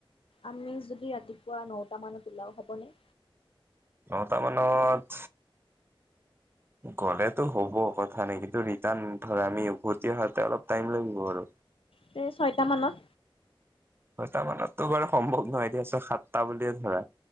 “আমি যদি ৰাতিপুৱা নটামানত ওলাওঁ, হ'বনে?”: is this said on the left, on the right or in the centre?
Left